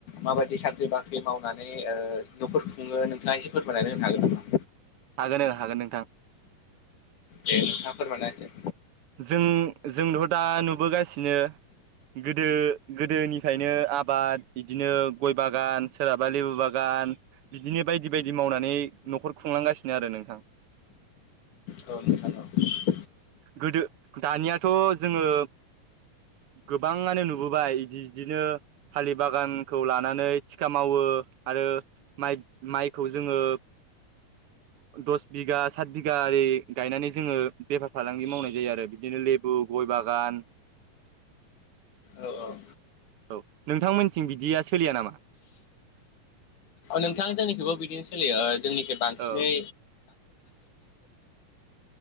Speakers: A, on the left; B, on the right.
A: माबायदि साख्रि बाख्रि मावनानै न'खर खुङो नोंथाङा एसे फोरमायनानै होनो हागोन नामा।
B: हागोन हागोन नोंथां
A: दे नोंथाङा फोरमायना होसै
B: जों जोंथ' दा नुबोगासिनो। गोदो गोदोनिफ्रायनो आबाद बिदिनो गय बागान सोरहाबा लेबु बागान बिदिनो बायदि बायदि मावनानै न'खर खुंलांगासिनो आरो नोंथां
A: औ नोंथां।
B: गोदो दानियाथ' जोंङो गोबाङानो नुबोबाय बिदि बिदिनो फालि बागानखौ लानानै थिखा मावो आरो माइ माइखौ जोंङो दस बिघा सात बिगा ओरै गायनानै जोङो बेफार फालांगि मावनाय जायो आरो बिदिनो लेबु गय बागान
A: औ औ
B: औ नोंथांमोनथिं बिदिया सोलिया नामा?
A: नोंथाङा जोंनिखैबो बिदिनो सोलियो जोंनिखै बांसिनै
B: औ